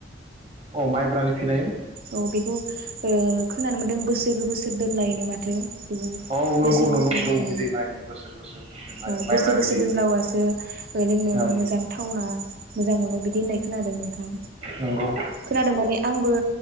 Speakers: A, on the right; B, on the right.
A: अ माइब्रानि फिनाय
B: औ बेखौ ओ खोनानो मोनदों बोसोर बोसोर दोनलायनो माथो बे
A: औ नंगौ
B: बोसोर
A: नंगौ
B: बोसोर
A: जौ बिदै
B: औ
A: बायनो बोसोर बोसोर दोननो हायो
B: औ बोसोर
A: माइब्रा
B: बोसोर
A: बिदै
B: दोनब्लासो ओ लोंनो
A: औ
B: मोजां थावना मोजां मोनो बिदि होननाय खोनादों नोंथां
A: नंगौ
B: खोनादों माने आंबो